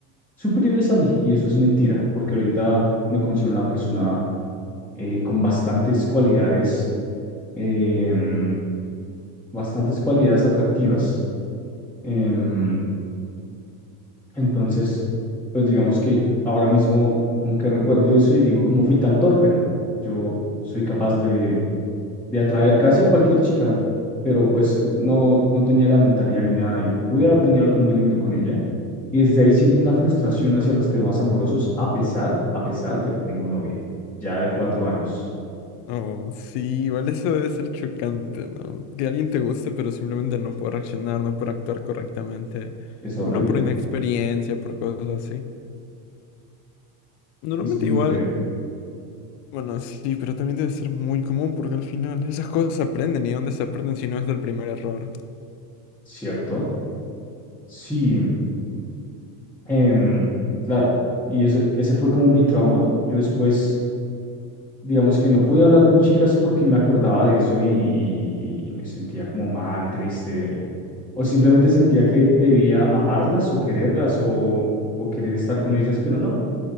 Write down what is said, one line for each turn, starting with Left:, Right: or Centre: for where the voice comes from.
Centre: superiores a mí, y eso es mentira, porque ahorita me considero una persona eh, con bastantes cualidades. em, bastantes cualidades atractivas. Em, entonces, pues digamos que ahora mismo como que recuerdo eso y digo, ¿cómo fui tan torpe, no? Yo soy capaz de, de atraer casi a cualquier chica, pero pues no, no tenía la mentalidad ni nada y pude haber tenido algo muy lindo con ella. Y desde ahí siento una frustración hacia los temas amorosos, a pesar, a pesar de que tengo novia, ya de cuatro años.
Left: Oh, sí, igual eso debe ser chocante, ¿no? Que alguien te guste, pero simplemente no puede reaccionar, no puede actuar correctamente.
Centre: Es horrible,
Left: Bueno, por inexperiencia, por cosas así. Normalmente
Centre: es muy
Left: igual,
Centre: feo,
Left: bueno, sí, pero también debe ser muy común porque al final esas cosas se aprenden y dónde se aprenden si no es del primer error.
Centre: ¿cierto? Sí, Em, claro, y ese, ese fue como mi trauma. Yo después, digamos que no podía hablar con chicas porque me acordaba de eso y, y- y- y me sentía como mal, triste, o simplemente sentía que debía amarlas o quererlas o, o querer estar con ellas, pero no.